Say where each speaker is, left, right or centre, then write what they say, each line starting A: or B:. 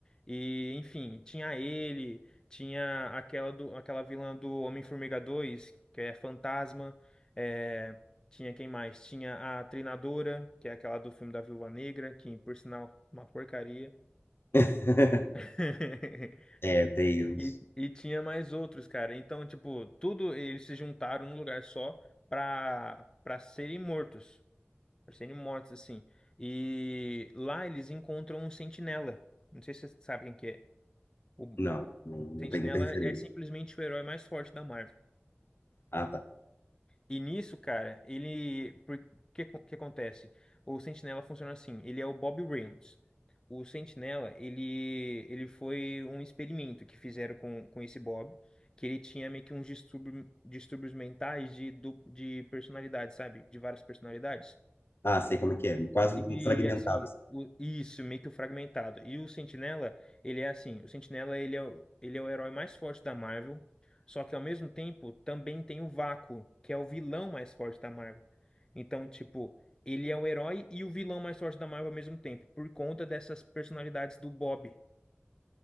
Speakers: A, on the left (about 20°); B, on the left (about 60°).
A: E, enfim, tinha ele, tinha aquela, do, aquela vilã do Homem-Formiga 2, que é Fantasma, é, tinha quem mais? Tinha a Treinadora, que é aquela do filme da Viúva Negra, que, por sinal, uma porcaria.
B: <laughs>
A: <laughs>
B: É, tem
A: E, e tinha mais outros, cara. Então, tipo, tudo eles se juntaram num lugar só pra, pra serem mortos. Pra serem mortos, assim. E lá eles encontram um sentinela. Não sei se vocês sabem quem que é. O
B: Não, não não
A: sentinela
B: tem muita referência.
A: é simplesmente o herói mais forte da Marvel.
B: Ah, tá.
A: E nisso, cara, ele. Por que que acontece? O Sentinela funciona assim, ele é o Bob Reynolds. O Sentinela, ele, ele foi um experimento que fizeram com, com esse Bob, que ele tinha meio que uns distúrbio, distúrbios mentais de, du- de personalidade, sabe? De várias personalidades.
B: Ah, sei como é que é. Quase
A: E
B: um fragmentado,
A: assim,
B: assim.
A: o- isso, meio que o fragmentado. E o Sentinela, ele é assim, o Sentinela ele é, o- ele é o herói mais forte da Marvel, só que ao mesmo tempo também tem o Vácuo, que é o vilão mais forte da Marvel. Então, tipo, ele é o herói e o vilão mais forte da Marvel ao mesmo tempo, por conta dessas personalidades do Bob.